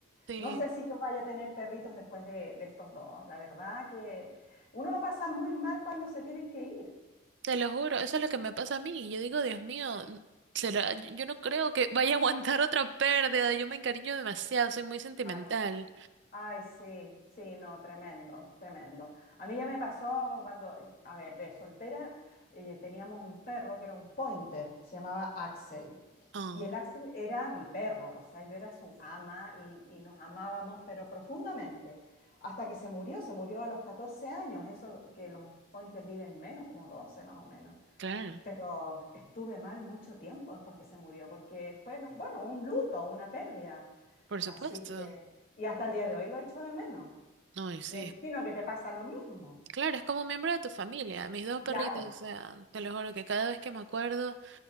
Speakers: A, on the right; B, on the left.
A: Sí.
B: No sé si yo vaya a tener perritos después de, de estos dos. La verdad que uno lo pasa muy mal cuando se tienen que ir.
A: Te lo juro, eso es lo que me pasa a mí. Yo digo, Dios mío, n- será- yo no creo que vaya a aguantar otra pérdida. Yo me encariño demasiado, soy muy sentimental.
B: Ay, sí. Ay, sí, sí, no, tremendo, tremendo. A mí ya me pasó con cuando, a ver, de soltera eh, teníamos un perro que era un pointer, se llamaba Axel.
A: Oh,
B: Y el Axel era mi perro, o sea, yo era su ama y, y nos amábamos, pero profundamente. Hasta que se murió, se murió a los 14 años, eso que los pointer viven menos, como 12 más o menos.
A: claro,
B: Pero estuve mal mucho tiempo después que se murió, porque fue, no- bueno, un luto, una pérdida.
A: por supuesto.
B: Así que, y hasta el día de hoy lo echo de menos.
A: No, y sí.
B: Me imagino que te pasa lo mismo.
A: Claro, es como un miembro de tu familia, mis dos perritos,
B: Claro.
A: o sea, te lo juro que cada vez que me acuerdo,